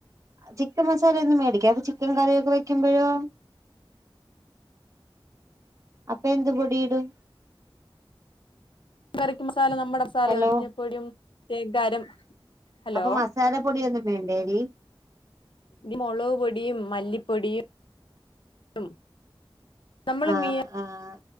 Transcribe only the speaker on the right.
ചിക്കൻ മസാല ഒന്നും മേടിക്കാ അപ്പൊ ചിക്കൻ കറിയൊക്കെ വെക്കുമ്പോഴോ അപ്പൊ എന്ത് പൊടിയിടും
ഹലോ
അപ്പൊ മസാല പൊടി ഒന്നും വേണ്ടടി
ആഹ്
ആഹ്